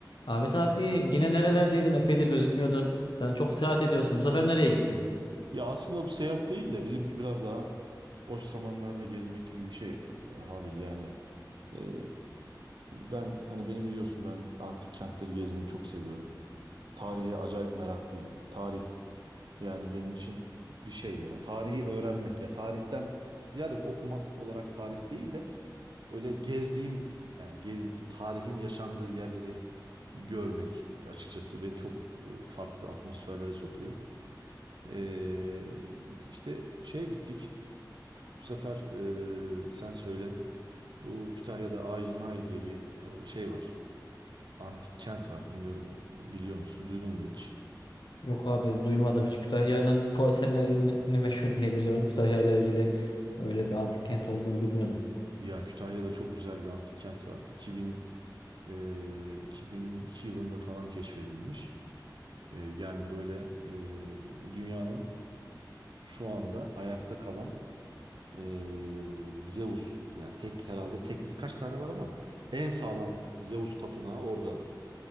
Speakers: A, on the left; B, on the right.
A: Ahmet abi yine nerelerdeydin? Epeydir gözükmüyordun. Sen çok seyahat ediyorsun. Bu sefer nereye gittin?
B: Ya aslında bu seyahat değil de bizimki biraz daha boş zamanlarda gezmek gibi bir şey e, Habil yani. Ee, ben hani beni biliyorsun ben antik kentleri gezmeyi çok seviyorum. Tarihe acayip meraklıyım. Tarih yani benim için bir şey ya. Tarihi öğrenmek ya. Tarihten ziyade bu okumak olarak tarih değil de böyle gezdiğim yani gez, bir tarihin yaşandığı yerleri görmek açıkçası beni çok e, farklı atmosferlere sokuyor. Ee, işte şeye gittik. Bu sefer e, sen söyle. Bu Kütahya'da Ayzunay diye bir e, şey var. Antik kent var. Bilmiyorum biliyor musun? Duydun mu hiç?
A: Yok abi duymadım hiç. Kütahya'nın porselenini meşhur diye biliyorum. Kütahya ile ilgili öyle bir antik kent olduğunu bilmiyordum.
B: Ya Kütahya'da çok güzel bir antik kent var. 2000 e, 2002 yılında falan keşfedilmiş. E, yani böyle e, dünyanın şu anda ayakta kalan e, Zeus yani tek herhalde tek birkaç tane var ama en sağlam Zeus tapınağı orada.